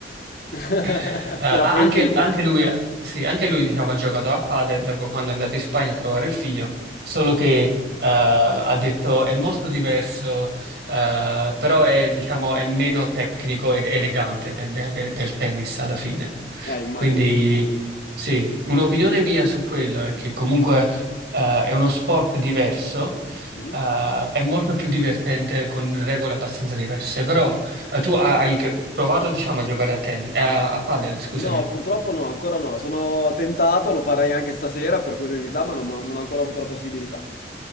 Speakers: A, on the left; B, on the right.
A: <laughs>
B: Eh, ah,
A: Te l'ha proibito?
B: anche, anche lui, eh, sì, anche lui diciamo, ha giocato a padel dopo quando è andato in Spagna a trovare il figlio, solo che eh, ha detto è molto diverso, eh, però è, diciamo, è meno tecnico ed elegante de- de- de- del tennis alla fine.
A: Eh, immagino.
B: Quindi sì, un'opinione mia su quello è che comunque eh, è uno sport diverso,
A: Mhm.
B: eh, è molto più divertente con regole abbastanza diverse, però... Eh, tu ha- hai pe- provato, diciamo, a giocare a tennis, eh, a, a padel, scusami.
A: No, purtroppo no, ancora no. Sono tentato, lo farei anche stasera per curiosità, ma non non ho ancora avuto la possibilità.